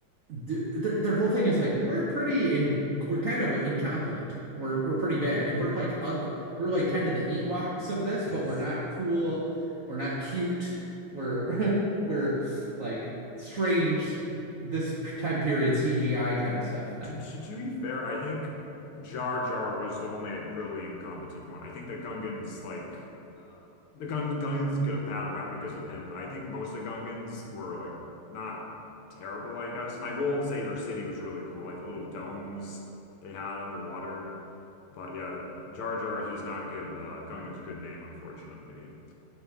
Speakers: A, on the right; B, on the left.
A: th- their their whole thing is like we're pretty in we're kind of incompetent. We're we're pretty bad, and we're like ugly. We're like kind of the Ewoks of this,
B: yeah.
A: but
B: <laughs>
A: we're not cool. We're not cute. We're <laughs> we're like strange. This p- time period CGI kind of stuff. No,
B: To, to, to be fair, I think Jar Jar was the only like really incompetent one. I think the Gungans like the Gung Gungans get a bad rap because of him, but I think most of the Gungans were like not terrible, I guess. And I will say their city was really cool, like the little domes they had underwater. But yeah, Jar Jar, he does not give uh, Gungans a good name, unfortunately.